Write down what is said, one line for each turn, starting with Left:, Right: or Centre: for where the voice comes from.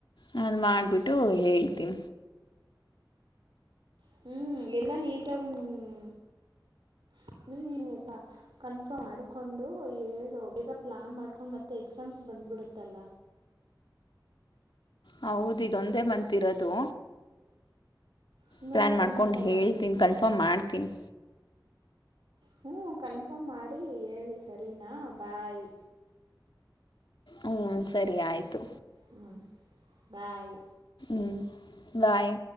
Left: ನನ್ು ಮಾಡ್ಬಿಟ್ಟು ಹೇಳ್ತೀನಿ
Right: ಹ್ಮಞ ಎಲ್ಲ ನೀಟಾಗಿ ಹ ನೀ ಎಲ್ಲ ಕನ್ಫರ್ಮ್ ಮಾಡಡ್ಕೊಂಡು ಹೇಳು ಬೇಗ ಪ್ಲಾನ್ ಮಾಡ್ಕೊಂಡು ಮತ್ತೆ ಎಕ್ಸಾಮ್ಸ್ ಬಂದ್ಬಿಡುತ್ತಲ್ಲ
Left: ಹೌದ ಇದೊಂದೇ ಮಂತ ಇರೋದು
Right: ಇನ್ನೇನು
Left: ಪ್ಲಯಾನ್ ಮಾಡ್ಕೊಂಡು
Right: ಸಮಾಚಾರ
Left: ಹೇಳ್ತೀನಿ ಕನ್ಫರ್ಮ್ ಮಾಡ್ತೀನಿ
Right: ಹ್ಞ ಕನ್ಫರ್ಮ್ ಮಾಡಿ ಹೇಳು ಸರಿನಾ ಬಾಯ್
Left: ಹ್ಮ್ ಸರಿ ಆಯ್ತು
Right: ಹ ಬಾಯ್
Left: ಹ್ಮ ಬಾಯ್